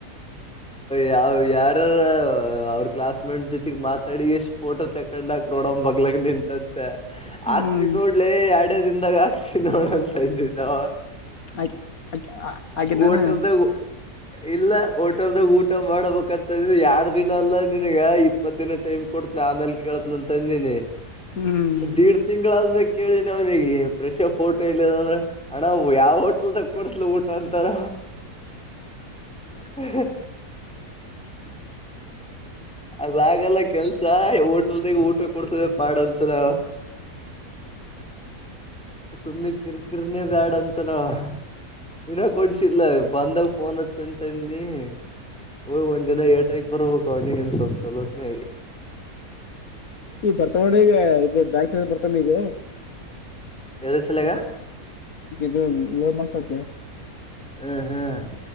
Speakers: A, in the centre; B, on the left.
A: ಯಾವ ಯಾರಾರ ಅವ್ರ ಕ್ಲಾಸ್ ಮೇಟ್ ಜೊತೆ ಗ್ ಮಾತಾಡಿ ಎಷ್ಟ್ ಫೋಟೋ ತಕೊಂಡಾಕ ನೋಡ ಬಗ್ಲಗ್ ನಿಂತಂತೆ
B: ಹ್ಮ್
A: ಆಕ್ತಿ ನೋಡ್ಲ ಎರಡ ದನ್ದಾಗ ಹಾಕ್ತಿ ನೋಡಂತ ಇದ್ದಿದ್ದಾವ
B: ಆಗ ಹಾಗೆ ನಾನು
A: ಹೋಟೆಲ್ದಗ ಇಲ್ಲ ಹೋಟೆಲ್ದಾಗ ಊಟ ಮಾಡ್ಬೇಕಂತ ಯಾರ್ಡ್ ದಿನ ಅಲ್ಲ ನನ್ಗ ಇ ಇಪ್ಪತ್ತು ದಿನ ಟೈಮ್ ಕೊತನ ಆಮೇಲೆ ಕೇಳತ್ನ ಅಂತ ಅಂದಿನಿ
B: ಹ್ಮ್
A: ದೀಡ್ ತಿಂಗಳಾದ್ಮೇಲೆ ಕೇಳ ದಿ ಪ್ರೆಶ ಫೋಟೋ ಇಲ್ಲ ಅಂದ್ರ ಅಣ್ಣ ಯಾವ ಹೋಟೆಲ್ ಕೊಡ್ಸ್ಲ ಊಟ ಅಂತಾರ <inaudible> ಅದಾಗಲ್ಲ ಕೆಲ್ಸ ಊಟ ಕೊಡ್ಸದ ಪಾಡಂತದ ಸುಮ್ನೆ ಕಿರ್ಕಿರ್ನೆೇ ಬ್ಯಾಡ ಅಂತನಾವ ಇನ್ನ ಕೊಡ್ಸಿಲ್ಲ ಬಂದಾಗ ಫೋನ್ ಹಚ್ಚಂತ್ ನೀ ಹೋಗಿ ಒಂದ್ ದಿನ ಏಟಗ ಬರ್ಬೇಕು ಅವನಿಗ ಇನ್ ಸ್ವಲ್ಪ ಚಲೋತ್ನೇ ಆಗಿ
B: ಈ ಬರ್ತಾವೊಂಡ ಈಗ ಇ ಬ್ಯಾಂಕ್ ಬರ್ತಾನ ಈಗ
A: ಎದುಸಲ್ಲಗ
B: <unintelligible> ಮಾಡ್ಸಕ
A: ಹ್ಮ್ ಹ್ಮ್